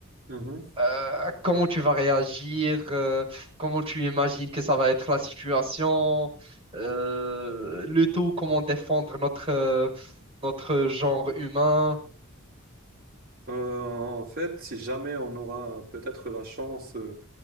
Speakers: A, on the right; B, on the right.
A: mhm.
B: Euh, comment tu vas réagir? euh, comment tu imagines que ça va être la situation? Euh, le tout, comment défendre notre, euh, notre genre humain?
A: Euh, en fait, si jamais on aura euh, peut-être la chance euh,